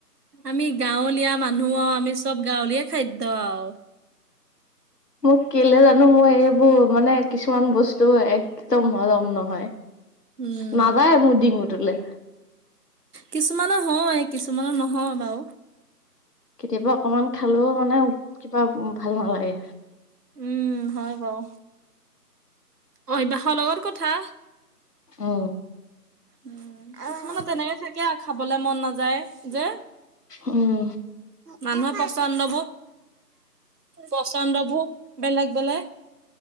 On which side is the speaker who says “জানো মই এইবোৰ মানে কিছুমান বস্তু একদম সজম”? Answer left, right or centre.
Left